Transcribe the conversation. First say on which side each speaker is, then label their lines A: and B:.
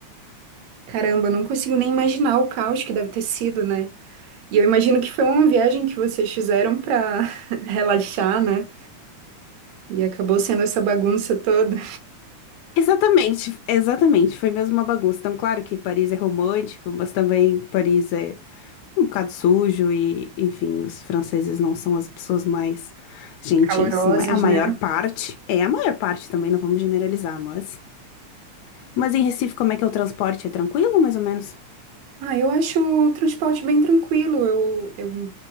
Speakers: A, on the right (about 70°); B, on the left (about 80°).
A: Caramba, não consigo nem imaginar o caos que deve ter sido, né? E eu imagino que foi uma viagem que vocês fizeram para <laughs> relaxar, né? E acabou sendo essa bagunça toda.
B: Exatamente, exatamente. Foi mesmo uma bagunça. Então, claro que Paris é romântico, mas também Paris é um bocado sujo e, enfim, os franceses não são as pessoas mais gentis,
A: Calorosas,
B: não é? A maior
A: né?
B: parte. É, a maior parte também, não vamos generalizar, mas. Mas em Recife, como é que é o transporte? É tranquilo, mais ou menos?
A: Ah, eu acho o transporte bem tranquilo. Eu,